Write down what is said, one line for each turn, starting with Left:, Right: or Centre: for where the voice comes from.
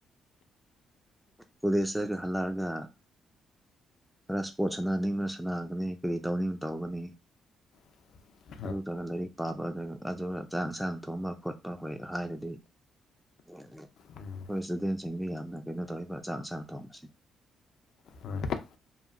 Centre: ꯄꯨꯂꯤꯁꯒꯤ ꯍꯜꯂꯔꯒ ꯈꯔ ꯏꯁꯄꯣꯔꯠ ꯁꯥꯟꯅꯅꯤꯡꯕ ꯁꯥꯟꯅꯒꯅꯤ ꯀꯔꯤ ꯇꯧꯅꯤꯡ ꯇꯧꯒꯅꯤ
Left: <unintelligible> <inaudible>
Centre: ꯑꯗꯨꯗꯨꯒ ꯂꯥꯏꯔꯤꯛ ꯄꯥꯕ ꯑꯗꯨꯒ ꯆꯥꯛ ꯌꯦꯟꯁꯥꯡ ꯊꯣꯡꯕ ꯈꯣꯠꯄ ꯍꯣꯏ ꯍꯥꯏꯔꯗꯤ ꯑꯩꯈꯣꯏ
Left: ꯎꯝ
Centre: ꯏꯁꯇꯨꯗꯦꯟꯁꯤꯡꯗ ꯌꯥꯝꯅ ꯀꯩꯅꯣ ꯇꯧꯏꯔꯤꯕ ꯑꯆꯥꯡ ꯑꯁꯥꯅ ꯊꯣꯡꯕꯁꯤꯡ
Left: ꯎ